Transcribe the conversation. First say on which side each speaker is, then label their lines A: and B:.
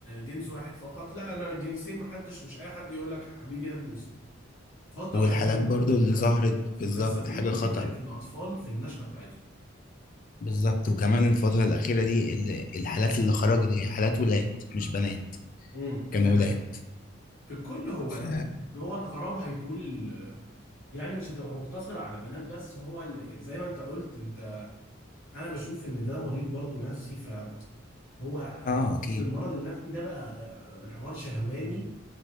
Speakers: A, on the left; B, on the left.
A: جنس واحد فقط لا انا الجنسين ما حدش مش اي حد يقول لك حبيبي هات بوسه فالتوعيه
B: والحالات
A: مهمه
B: برضو
A: جدا فعلا
B: اللي ظهرت
A: في ال- في
B: بالظبط
A: القصه دي
B: حاجة
A: وتفرق
B: خطر
A: في الاطفال في النشأة بتاعتهم
B: بالظبط وكمان الفترة الأخيرة دي ال- الحالات اللي خرجت هي حالات ولاد مش بنات
A: امم
B: كانوا
A: دي حقيقة
B: ولاد
A: في الكل هو
B: ف
A: ال... هو الخراب هيطول ال... يعني مش هتبقى مقتصرة على بنات بس هو ال... زي ما انت قلت انت انا بشوف ان ده مريض برضو نفسي فهو قصة
B: اه اكيد
A: المرض النفسي ده بقى الحوار شهواني